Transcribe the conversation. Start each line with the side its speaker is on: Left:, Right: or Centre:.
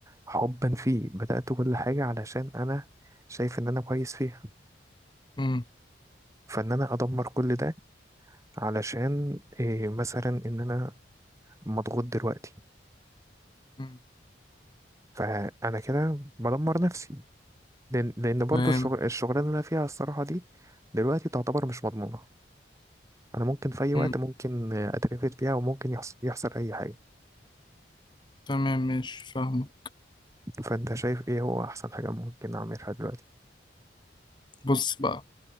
Right: حبا فيه بداته كل حاجه علشان انا شايف ان انا كويس فيها
Left: امم
Right: فان انا ادمر كل ده علشان إيه مثلا ان انا مضغوط دلوقتي
Left: امم
Right: فانا كده بدمر نفسي لان لأن برضو
Left: تمام
Right: الشغل الشغلانه اللي انا فيها الصراحه دي دلوقتي تعتبر مش مضمونه انا ممكن في اي وقت
Left: امم
Right: ممكن اترفد فيها وممكن يحصل يحصل اي حاجه
Left: تمام ماشي فاهمه
Right: فانت شايف ايه هو احسن حاجه ممكن اعملها دلوقتي
Left: بص بقى